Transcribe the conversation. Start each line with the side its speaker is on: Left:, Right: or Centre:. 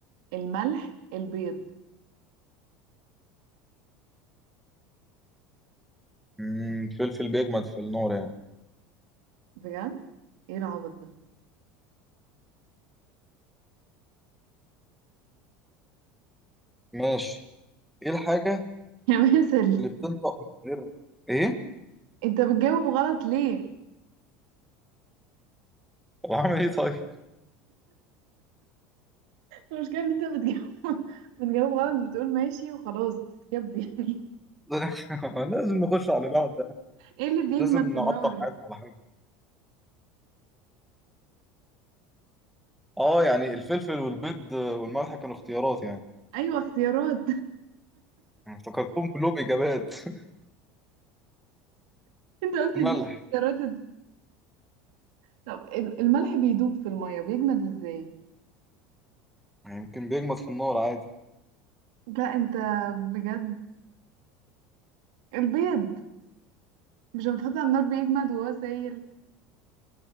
Right: الملح البيض
Centre: مم، فلفل بيجمد في النار يعني
Right: بجد ايه العبط ده
Centre: ماشي ايه الحاجة
Right: <laughs> يا باسل
Centre: اللي بتنطق من غير ايه؟
Right: انت بتجاوب غلط ليه
Centre: طب اعمل ايه طيب؟
Right: المشكلة ان انت بتجاوب <laughs> بتجاوب غلط بتقول ماشي وخلاص بتسكب يعني
Centre: <laughs> لازم نخش على بعض
Right: ايه اللي بيجمد
Centre: مش لازم نعطل
Right: في النار
Centre: حياتنا على حاجة اه يعني الفلفل والبيض والملح كانوا اختيارات يعني
Right: ايوه اختيارات
Centre: أنا افتكرتهم كلهم اجابات <laughs>
Right: <laughs> انت قلت
Centre: الملح
Right: اديني اختيارات طب ال- الملح بيدوب في المية بيجمد ازاي
Centre: يمكن بيجمد في النار عادي
Right: لا انت بجد البيض مش لما تحطه على النار بيجمد وهو سايل